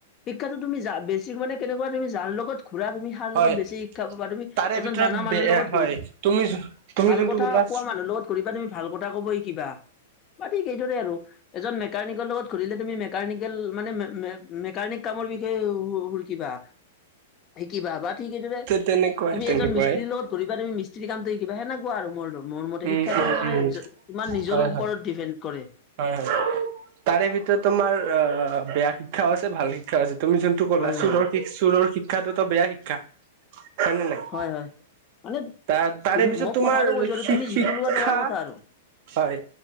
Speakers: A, on the left; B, on the right.
A: শিক্ষাতো তুমি যা বেছিক মানে কেনেকুৱা তুমি যাৰ লগত ঘুৰা তুমি তাৰ
B: হয়
A: লগত বেছি শিক্ষা পাবা তুমি
B: তাৰে
A: এজন
B: ভিতৰত
A: জানা মানুহৰ
B: বেয়া
A: লগত
B: হয়
A: <unintelligible>
B: তুমি তুমি
A: ভাল
B: যোনটো
A: কথা
B: ওলা
A: কোৱা মানুহ লগত ঘূৰিবা তুমি ভাল কথা কব শিকিবা বা ঠিক এইদৰে আৰু এজন মেকানিকেল লগত ঘূৰিলে তুমি মেকানিকেল মানে মে-মে-মেকানিক কামৰ বিষয়ে শু-শু-শিকিবা। শিকিবা বা ঠিক সেইদৰে
B: তেনেকুৱাই
A: তুমি
B: তেনেকুৱাই
A: এজন মিস্ত্ৰী লগত ঘুৰিবা তুমি মিস্ত্ৰী কামটো কিবা সেনেকোৱা আৰু মোৰ মোৰ মতে
B: উম
A: শিক্ষাটো
B: উম
A: মানে
B: উম
A: তোমাৰ নিজৰ
B: হয়
A: ওপৰত
B: হয়
A: ডিপেণ্ড কৰে।
B: হয় হয়। তাৰে ভিতৰত তোমাৰ অ বেয়া শিক্ষাও আছে ভাল শিক্ষাও আছে। তুমি যোন কলা
A: হয়
B: চুৰৰ
A: হয়
B: চুৰৰ শিক্ষাটো বেয়া শিক্ষা হয় নে নাই?
A: হয় হয় হয় মানে
B: তা-তাৰে
A: তুম
B: পিছত
A: মই
B: তোমাৰ
A: কথাটো কৈছো আৰু
B: শি-শিক্ষা
A: তুমি যিটো লোৱা তোমাৰ কথা আৰু
B: হয়